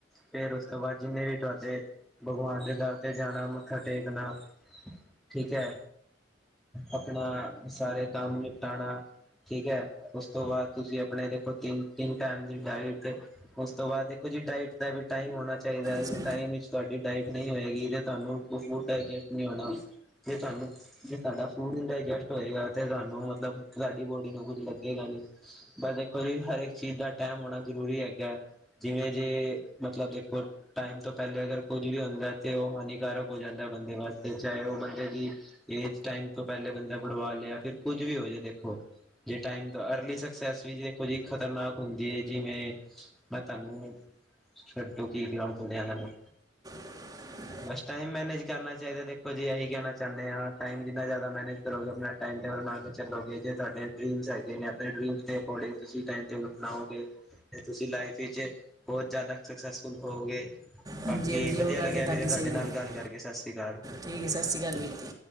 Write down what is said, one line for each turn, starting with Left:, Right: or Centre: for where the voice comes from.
Centre: ਫੇਰ ਉਸ ਤੋਂ ਬਾਅਦ ਜਿੰਨੇ ਵੀ ਤੁਹਾਡੇ, ਭਗਵਾਨ ਦੇ ਦਰ ਤੇ ਜਾਣਾ ਮੱਥਾ ਟੇਕਣਾ। ਠੀਕ ਏ, ਆਪਣਾ ਸਾਰੇ ਕੰਮ ਨਿਪਟਾਣਾ। ਠੀਕ ਐ, ਉਸ ਤੋਂ ਬਾਅਦ ਤੁਸੀਂ ਆਪਣੇ ਦੇਖੋ ਤਿੰਨ, ਤਿੰਨ ਟਾਈਮ ਦੀ ਡਾਇਟ ਉਸ ਤੋਂ ਬਾਅਦ ਦੇਖੋ ਜੀ, ਡਾਇਟ ਦਾ ਵੀ ਟਾਈਮ ਹੋਣਾ ਚਾਹੀਦਾ ਹੈ।
Right: ਜੀ
Centre: ਟਾਈਮ ਵਿੱਚ ਤੁਹਾਡੀ ਡਾਇਟ ਨਹੀਂ ਹੋਏਗੀ ਤੇ ਤੁਹਾਨੂੰ ਉਹ ਫੂਡ ਡਾਇਜੈਸਟ ਨਈਂ ਹੋਣਾ, ਜੇ ਤੁਹਾਨੂੰ, ਜੇ ਸਾਡਾ ਫੂਡ ਨਹੀਂ ਡਾਇਜੈਸਟ ਹੋਏਗਾ ਤੇ ਸਾਨੂੰ ਮਤਲਬ ਸਾਡੀ ਬੋਡੀ ਨੂੰ ਕੁੱਝ ਲੱਗੇਗਾ ਨੀਂ, ਬਸ ਦੇਖੋ ਜੀ ਹਰ ਇਕ ਚੀਜ਼ ਦਾ ਟਾਈਮ ਹੋਣਾ ਜ਼ਰੂਰੀ ਹੈਗਾ ਐ, ਜਿਵੇਂ ਜੇ ਮਤਲਬ ਦੇਖੋ ਟਾਈਮ ਤੋਂ ਪਹਿਲੇ ਅਗਰ ਕੁੱਝ ਵੀ ਹੁੰਦਾ ਤੇ ਉਹ ਹਾਨੀਕਾਰਕ ਹੋ ਜਾਂਦਾ ਐ, ਬੰਦੇ ਵਾਸਤੇ, ਚਾਹੇ ਉਹ ਬੰਦੇ ਦੀ ਏਜ ਟਾਈਮ ਤੋਂ ਪਹਿਲੇ ਬੰਦਾ ਬੜਵਾ ਲਿਆ ਫਿਰ ਕੁੱਝ ਵੀ ਹੋਜੇ ਦੇਖੋ। ਜੇ ਟਾਈਮ ਤੋਂ, ਅਰਲੀ ਸਕਸੈਸ ਵੀ, ਦੇਖੋ ਜੀ ਖ਼ਤਰਨਾਕ ਹੁੰਦੀ ਹੈ ਜਿਵੇਂ ਮੈਂ ਤੁਹਾਨੂੰ, ਛੱਡੂ ਕੀ ਕਰਾਉ ਮੁੰਡਿਆਂ ਦਾ ਵੀ।
Right: <inaudible>
Centre: ਬਸ ਟਾਈਮ ਮੈਨੇਜ ਕਰਨਾ ਚਾਹੀਦਾ। ਦੇਖੋ ਜੀ, ਇਹੀ ਕਹਿਣਾ ਚਾਹੁੰਦੇ ਹਾਂ, ਟਾਈਮ ਜਿੰਨਾ ਜ਼ਿਆਦਾ ਮੈਨੇਜ ਕਰੋਗੇ ਆਪਣਾ ਟਾਈਮ ਟੇਬਲ ਬਣਾ ਕੇ ਚੱਲੋਗੇ, ਜੇ ਤੁਹਾਡੇ ਅੱਗੇ ਡਰੀਮਜ ਆਪਣੇ ਡਰੀਮ ਦੇ ਅਕਾਉੜਿੰਗ ਤੁਸੀਂ ਟਾਈਮ ਟੇਬਲ ਬਣਾਉਗੇ। ਫੇਰ ਤੁਸੀਂ ਲਾਈਫ ਵਿੱਚ ਬਹੁਤ ਜ਼ਿਆਦਾ ਸਕਸੈਸਫੁੱਲ ਹੋਔਗੇ। ਬਾਕੀ
Right: ਹਾਂਜੀ ਹਾਂਜੀ
Centre: ਵਧੀਆ
Right: ਉਹ ਗੱਲ
Centre: ਲੱਗਿਆ
Right: ਤੇ ਤੁਹਾਡੀ
Centre: ਵੀਰੇ, ਤੁਹਾਡੇ
Right: ਸਹੀ ਹੈ
Centre: ਨਾਲ
Right: ਜੀ।
Centre: ਗੱਲ ਕਰਕੇ ਸਤਿ ਸ਼੍ਰੀ ਅਕਾਲ।
Right: ਠੀਕ ਹੈ ਸਤਿ ਸ਼੍ਰੀ ਅਕਾਲ ਵੀਰ ਜੀ